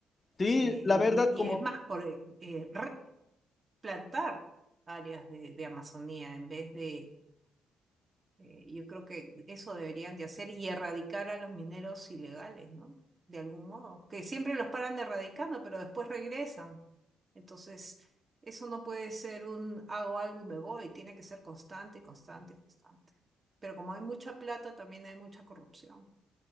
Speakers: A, on the left (about 30°); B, on the right (about 30°).
A: Sí,
B: Sí,
A: la
B: y,
A: verdad,
B: y- y
A: como...
B: es más, por eh, eh, replantar áreas de, de Amazonía en vez de, eh, yo creo que eso deberían de hacer y erradicar a los mineros ilegales, ¿no? De algún modo, que siempre los paran erradicando, pero después regresan. Entonces, eso no puede ser un hago algo y me voy, tiene que ser constante, constante, constante. Pero como hay mucha plata, también hay mucha corrupción